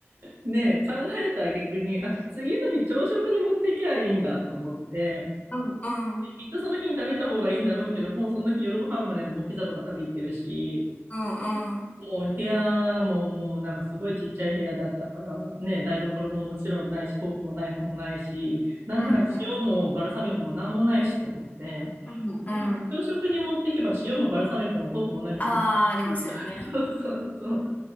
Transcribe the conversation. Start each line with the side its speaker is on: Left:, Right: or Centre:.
Right: ねえ、考えた挙句に、あ、次の日朝食に持ってきゃいいんだと思って、
Left: うん、うん、
Right: できっとその日に食べた方がいいんだろうけど、もうその日夜ご飯までもうピザとか食べ行ってるし、
Left: うん、うん、
Right: もう部屋ももうなんかすごいちっちゃい部屋だったから、ね、台所ももちろんないし、フォークもナイフもないし、なんなら塩もバルサミコもなんもないしと思って、
Left: うん、うん、
Right: で、
Left: うん。
Right: でも朝食に持っていけば塩もバルサミコもフォークもナイフも全部あるし、
Left: ああー、ありますよね。
Right: <laughs> そうそうそう。